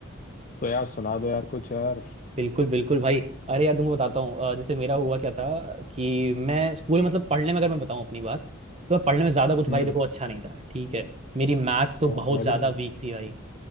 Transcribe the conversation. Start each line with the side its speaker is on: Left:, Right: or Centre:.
Left: तो यार सुना दो यार कुछ यार
Right: बिल्कुल बिल्कुल भाई अरे यार तुमको बताता हूँ अ, जैसे मेरा हुआ क्या था कि मैं स्कूल में मतलब पढ़ने में अगर मैं बताऊँ अपनी बात तो मैं पढ़ने में ज्यादा कुछ
Left: हम्म
Right: भाई देखो अच्छा नहीं था ठीक है मेरी मैथ्स तो
Left: हाँ
Right: बहुत
Left: मैं
Right: ज्यादा
Left: भी नहीं हूँ
Right: वीक थी भाई